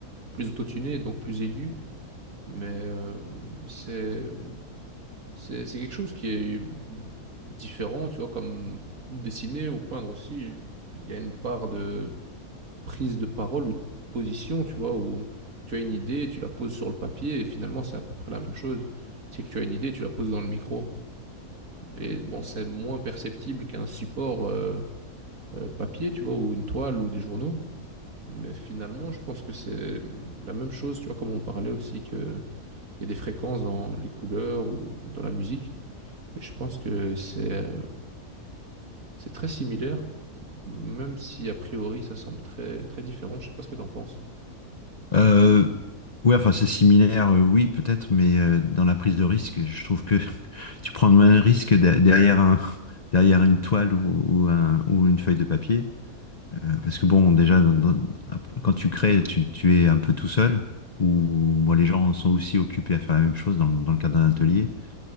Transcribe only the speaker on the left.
Euh, ouais, enfin, c'est similaire, euh, oui, peut-être, mais euh, dans la prise de risque, je trouve que <laughs> tu prends moins de risque de- derrière un, <laughs> derrière une toile ou, ou un- ou une feuille de papier. Euh, parce que bon, déjà, dans- dans- quand tu crées, tu, tu es un peu tout seul, ou moi, les gens sont aussi occupés à faire la même chose dans, dans le cadre d'un atelier.